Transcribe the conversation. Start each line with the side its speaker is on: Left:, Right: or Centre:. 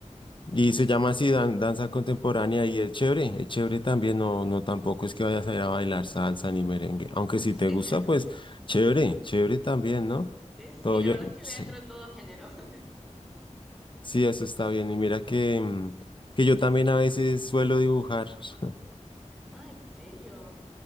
Left: y se llama así dan- danza contemporánea y es chévere, es chévere también, no, no tampoco es que vayas a ir a bailar salsa ni merengue, aunque si
Centre: <laughs>
Left: te gusta, pues chévere, chévere también, ¿no?
Centre: Sí, sí,
Left: Todo
Centre: la
Left: yo,
Centre: verdad es que
Left: sí,
Centre: le entro a todo género. <laughs>
Left: sí, eso está bien. Y mira que, mm, que yo también a veces suelo dibujar. <laughs>
Centre: Ah, ¿en serio?